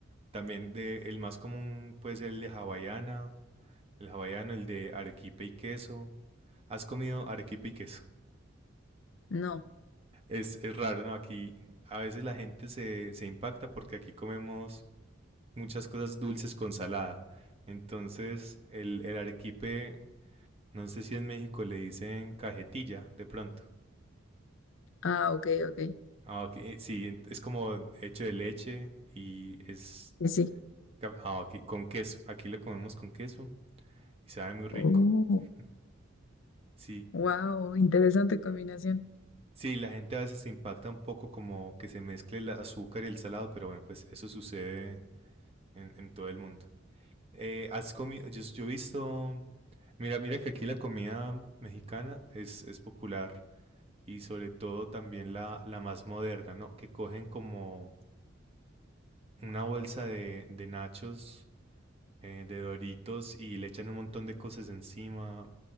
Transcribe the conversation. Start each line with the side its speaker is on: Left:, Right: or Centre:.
Right: También de, el más común puede ser el de hawaiana, el hawaiano, el de arequipe y queso. ¿Has comido arequipe y queso?
Left: no.
Right: Es, es raro, ¿no? Aquí a veces la gente se, se impacta porque aquí comemos muchas cosas dulces con salada. Entonces, el, el arequipe No sé si en México le dicen cajetilla de pronto.
Left: Ah, ok, ok.
Right: Ah, ok, eh, Sí, es como hecho de leche y es
Left: Sí, sí.
Right: ca- ah, ok, con queso. Aquí lo comemos con queso y sabe muy rico.
Left: Oh,
Right: <laughs> Sí,
Left: wow, interesante combinación.
Right: sí, la gente a veces se impacta un poco como que se mezcle el azúcar y el salado, pero bueno, pues eso sucede en, en todo el mundo. Eh, has comido, yo, yo he visto, mira, mira que aquí la comida mexicana es, es popular y sobre todo también la, la más moderna, ¿no? Que cogen como una bolsa de, de nachos, eh, de doritos y le echan un montón de cosas encima.